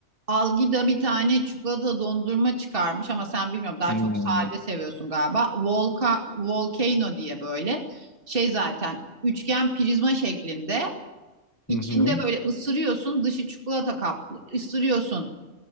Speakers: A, on the right; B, on the left.
A: Algida bir tane çikolata dondurma çıkarmış ama sen bilmiyorum daha
B: hmm,
A: çok sade seviyorsun galiba. Volka, Volcano diye böyle şey zaten üçgen prizma şeklinde. İçinde
B: hı hı.
A: böyle ısırıyorsun, dışı çikolata kaplı. Isırıyorsun.